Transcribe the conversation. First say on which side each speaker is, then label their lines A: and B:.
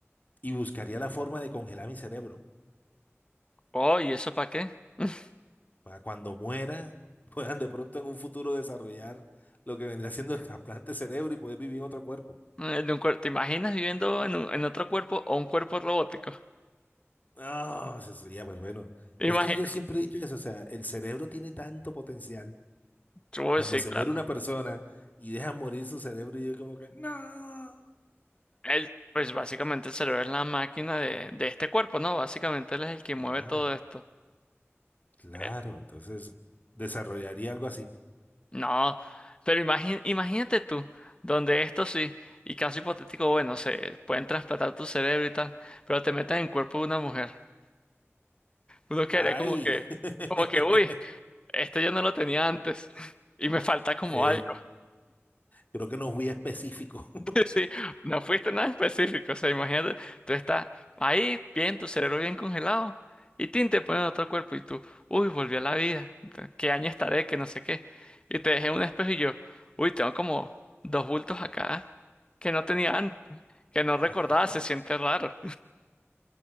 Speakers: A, on the left (about 35°); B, on the left (about 20°).
A: y buscaría la forma de congelar mi cerebro
B: Oh, ¿y eso para qué? <laughs>
A: para cuando muera <laughs> puedan de pronto en un futuro desarrollar lo que vendrá siendo el trasplante de cerebro y poder vivir en otro cuerpo.
B: Eh, De un cuerpo, ¿te imaginas viviendo en, un- en otro cuerpo o un cuerpo robótico?
A: Ah, eso sería pues bueno.
B: Imagínate.
A: Es que yo siempre he dicho eso, o sea, el cerebro tiene tanto potencial.
B: <laughs>
A: Cuando se muere una persona y deja morir su cerebro, yo como que, no.
B: el pues básicamente el cerebro es la máquina de, de este cuerpo, ¿no? Básicamente él es el que mueve
A: Claro.
B: todo esto.
A: Claro,
B: Eh,
A: entonces desarrollaría algo así.
B: No, pero imagi- imagínate tú, donde esto sí, y caso hipotético, bueno, se pueden trasplantar tu cerebro y tal, pero te meten en el cuerpo de una mujer. Uno quedaría
A: ¡Ay!
B: como que,
A: <laughs>
B: como que, uy, esto yo no lo tenía antes <laughs> y me falta como
A: Eh,
B: algo.
A: creo que no fui específico.
B: Sí, no fuiste nada específico, o sea, imagínate, tú estás ahí, bien, tu cerebro bien congelado, y tin, te ponen otro cuerpo, y tú, uy, volví a la vida, ent- qué año estaré, que no sé qué, y te dejé en un espejo y yo, uy, tengo como dos bultos acá, que no tenía antes, que no recordaba,
A: <laughs>
B: se siente raro.